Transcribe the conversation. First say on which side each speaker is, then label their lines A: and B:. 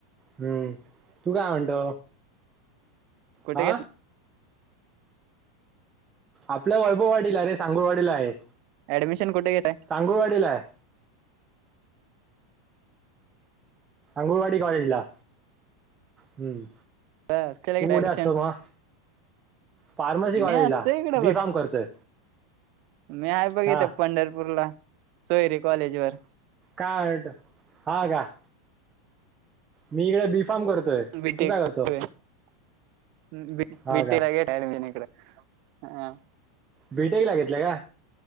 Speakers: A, on the right; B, on the right.
A: हम्म तू काय म्हणतो.
B: कुठे
A: हा
B: घेतलं.
A: आपलं वैभववा अरे सांगोवाडीला आहे
B: ऍडमिशन कुठे घेतलाय
A: सांगोवाडीला आहे. अंगुळवाडी कॉलेजला हम्म.
B: ह चला
A: तू
B: केट
A: कुठे
B: अडशन
A: असतो मग फार्मसी कॉलेजला
B: मी असतो इकडं
A: बी
B: बघ.
A: फार्म करतोय
B: मी आहे बघ
A: हा
B: इथ पंढरपूरला सोयरी कॉलेज वर
A: कारड हागा. मी इकडे बी फार्म करतोय
B: भीटी
A: तू काय करतो
B: भी
A: हा
B: भीटी
A: का
B: लागे टान इकडे हा.
A: बीटेक ला घितलंय का